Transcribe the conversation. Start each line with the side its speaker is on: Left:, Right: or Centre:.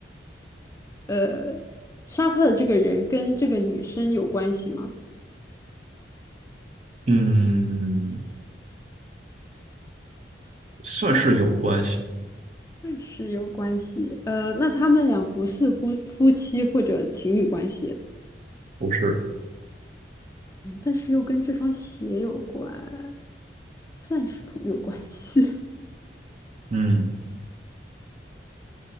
Left: 呃，杀他的这个人跟这个女生有关系吗？
Right: 嗯，算是有关系，
Left: 那是有关系。呃，那他们俩不是夫夫妻或者情侣关系，
Right: 不是，
Left: 嗯但是又跟这双鞋有关，算是朋友关系。
Right: 嗯，